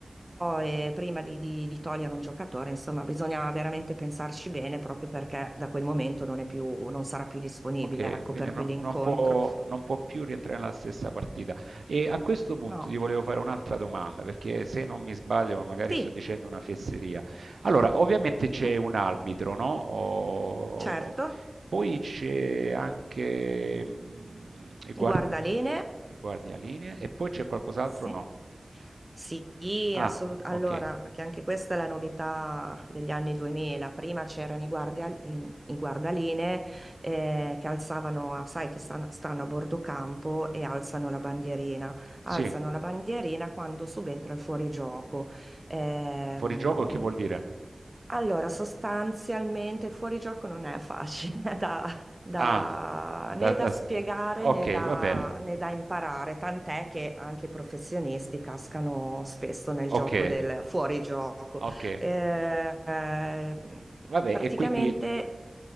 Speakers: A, on the right; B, on the right.
A: eh, prima di, di- di togliere un giocatore, insomma, bisogna veramente pensarci bene proprio perché da quel momento non è più, non sarà più disponibile,
B: Ok,
A: ecco,
B: quindi
A: per
B: no-
A: quell'incontro.
B: non può, non può più rientrare nella stessa partita. E a questo punto
A: No,
B: ti volevo fare un'altra domanda, perché se non mi sbaglio, ma magari
A: sì,
B: sto dicendo una fesseria. Allora, ovviamente c'è
A: mm,
B: un arbitro, no? O-
A: certo,
B: Poi c'è anche mm, i guardi-
A: guardalinee.
B: i guardialinee e poi c'è qualcos'altro?
A: Sì.
B: No.
A: Sì,
B: Ah,
A: assolutamente.
B: ok.
A: Allora, che anche questa è la novità degli anni 2000. Prima c'erano i, guardia- i- i guardalinee eh, che alzavano, sai, che stan- stanno, a bordo campo e alzano la bandierina. Alzano
B: Sì,
A: la bandierina quando subentra il fuorigioco. Ehm,
B: fuorigioco che vuol dire?
A: allora, sostanzialmente il fuorigioco non è facile <laughs> da, da-
B: Ah,
A: né
B: da- da-
A: da spiegare né
B: ok,
A: da,
B: va bene.
A: né da imparare, tant'è che anche i professionisti cascano spesso nel
B: Ok,
A: gioco del fuorigioco.
B: ok.
A: Eh, eh,
B: Vabbè,
A: praticamente,
B: e quindi eh,